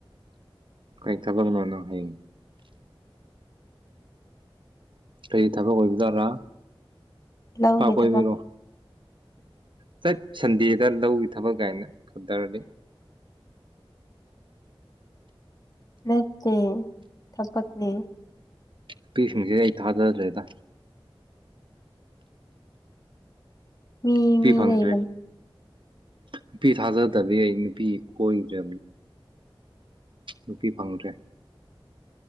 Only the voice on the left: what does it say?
ꯂꯧꯒꯤ
ꯊꯕꯛ
ꯅꯠꯇꯦ ꯊꯕꯛꯅꯦ
ꯃꯤ
ꯃꯤ
ꯂꯩꯕ